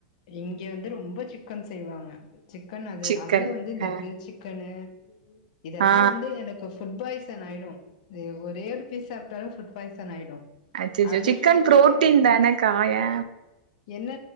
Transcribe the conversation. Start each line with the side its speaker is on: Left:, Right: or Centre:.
Left: இங்க வந்து ரொம்ப சிக்கன் செய்வாங்க சிக்கன் அது
Right: சிக்கன்
Left: அதுவும் வந்து இந்த
Right: அ
Left: கிரில் சிக்கனு இதெல்லா
Right: ஆ
Left: வந்து எனக் இப்ப ஃபுட் பாய்சன் ஆயிடு ஒரே ஒரு பீஸ் சாப்ட்டாலு ஃபுட் பாய்சன் ஆயிடு
Right: அச்ச அச்சோ
Left: அட்மிஷன்
Right: சிக்கன்
Left: போட்டு
Right: ப்ரோட்டீன்
Left: எனக்கு
Right: தானக்கா ஏ
Left: என்ன